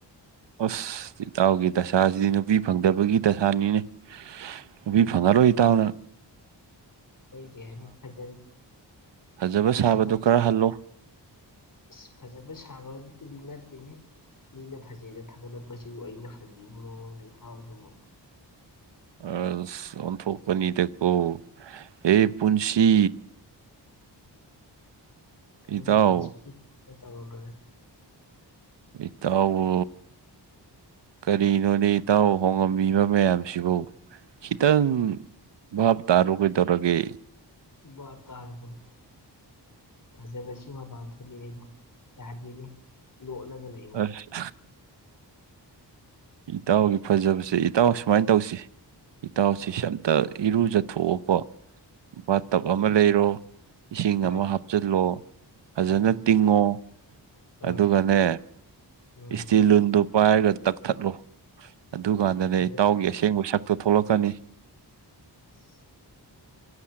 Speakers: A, on the right; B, on the left.
A: ꯑꯁ ꯏꯇꯥꯎꯒꯤ ꯗꯁꯥꯁꯤꯗꯤ ꯅꯨꯄꯤ ꯐꯪꯗꯕꯒꯤ ꯗꯁꯥꯅꯤꯅꯦ ꯅꯨꯄꯤ ꯐꯪꯉꯔꯣꯏ ꯏꯇꯥꯎ ꯅꯪ
B: ꯀꯣꯏꯒꯦ ꯍꯥꯏꯅꯤ ꯐꯖꯔ
A: ꯐꯖꯕ
B: ꯐꯖꯃꯟꯕꯒꯤ
A: ꯁꯥꯕꯗꯣ ꯈꯔ ꯍꯜꯂꯣ
B: ꯑꯁ ꯐꯖꯕ ꯁꯥꯕꯕꯨꯗꯤ ꯅꯠꯇꯦꯅꯤ ꯃꯤꯅ ꯐꯖꯩꯗ ꯊꯥꯒꯠꯂꯛꯄꯁꯤꯕꯨ ꯑꯩꯅ ꯍꯥꯏꯖꯟꯕꯩ ꯃꯑꯣꯡꯗ ꯏꯇꯥꯎꯁꯤꯕꯨ
A: ꯑꯁ ꯑꯣꯟꯊꯣꯛꯄꯅꯤꯗꯀꯣ ꯍꯦ ꯄꯨꯟꯁꯤ
B: ꯈꯪꯗꯦ
A: ꯏꯇꯥꯎ
B: ꯄꯨꯟꯁꯤꯒꯤꯇ ꯇꯧꯔꯕ꯭ꯔꯥ
A: ꯏꯇꯥꯎꯕꯨ ꯀꯔꯤꯅꯣꯅꯦ ꯏꯇꯥꯎ ꯍꯣꯡꯉꯝꯃꯤꯕ ꯃꯌꯥꯝꯁꯤꯕꯨ ꯈꯤꯇꯪ ꯚꯥꯞ ꯇꯥꯔꯣ ꯀꯩꯗꯧꯔꯒꯦ
B: ꯕꯥꯞ ꯇꯔꯕꯅꯦ ꯐꯖꯕꯁꯤ ꯃꯄꯥꯟ ꯊꯣꯛꯂꯛꯑꯦ ꯑꯗꯣ ꯌꯥꯗꯦꯅꯦ ꯂꯣꯠꯂꯒ ꯂꯩ
A: ꯑꯁ ꯏꯇꯥꯎꯒꯤ ꯐꯖꯕꯁꯦ ꯏꯇꯥꯎ ꯁꯨꯃꯥꯏ ꯇꯧꯁꯤ ꯏꯇꯥꯎꯁꯤꯁꯦ ꯑꯝꯇ ꯏꯔꯨꯖꯊꯣꯛꯑꯣꯀꯣ ꯕꯥꯠ ꯇꯞ ꯑꯃ ꯂꯩꯔꯣ ꯏꯁꯤꯡ
B: ꯍꯣꯏ
A: ꯑꯃ ꯍꯥꯞꯆꯤꯜꯂꯣ ꯐꯖꯅ
B: ꯎꯝ
A: ꯇꯤꯡꯉꯣ
B: ꯍꯣꯏ
A: ꯑꯗꯨꯒꯅꯦ
B: ꯎꯝ
A: ꯏꯁꯇꯤꯜ ꯂꯨꯟꯗꯨ ꯄꯥꯏꯔꯒ ꯇꯛꯊꯠꯂꯣ ꯑꯗꯨꯀꯥꯟꯗꯅꯦ
B: ꯑꯗꯨꯅ
A: ꯏꯇꯥꯎꯒꯤ ꯑꯁꯦꯡꯕ ꯁꯛꯇꯣ ꯊꯣꯛꯂꯛꯀꯅꯤ
B: <inaudible>